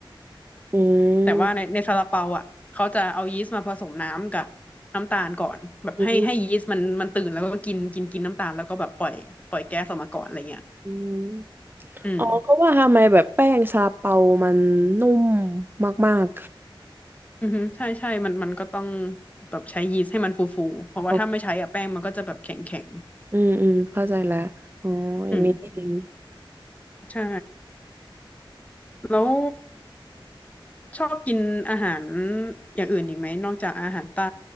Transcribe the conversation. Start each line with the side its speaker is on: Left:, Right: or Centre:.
Right: อืม
Left: แต่ว่าในในซาลาเปาอ่ะเขาจะเอายีสต์มาผสมน้ำกับน้ำตาลก่อนแบบให้ให้ยีสต์มันมันตื่นแล้วก็กินกินกินน้ำตาลแล้วก็แบบปล่อยปล่อยแก๊สออกมาก่อนอะไรเงี้ย
Right: อืมอืม
Left: อืม
Right: อ๋อก็ว่าทำไมแบบแป้งซาลาเปามันนุ่มมาก
Left: อือฮึใช่ใช่มันมันก็ต้องแบบใช้ยีสต์ให้มันฟูฟูเพราะว่าถ้าไม่ใช้อะแป้งมันก็จะแบบแข็งแข็ง
Right: ๆอ๋ออืมอืมเข้าใจแล้วอ๋ออย่างนี้นี่เอง
Left: อืมใช่แล้วชอบกินอาหารอย่างอื่นอีกไหมนอกจากอาหารใต้